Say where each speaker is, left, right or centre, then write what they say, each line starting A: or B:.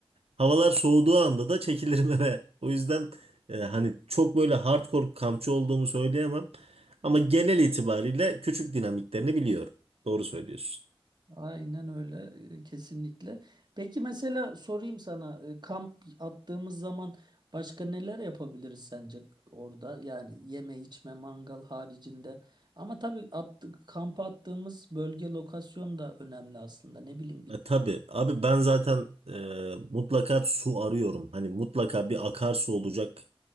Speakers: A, on the right (about 80°); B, on the right (about 45°).
A: Havalar soğuduğu anda da çekilirim eve. O yüzden e, hani çok böyle hardcore kampçı olduğumu söyleyemem. Ama genel itibariyle küçük dinamiklerini biliyorum. Doğru söylüyorsun.
B: Aynen öyle e, kesinlikle. Peki mesela sorayım sana e, kamp attığımız zaman başka neler yapabiliriz sence orada? Yani yeme içme mangal haricinde. Ama tabii attık, kampa attığımız bölge lokasyon da önemli aslında. Ne bileyim bir
A: E, tabii abi ben zaten e, mutlaka su arıyorum. Hani mutlaka bir akarsu olacak.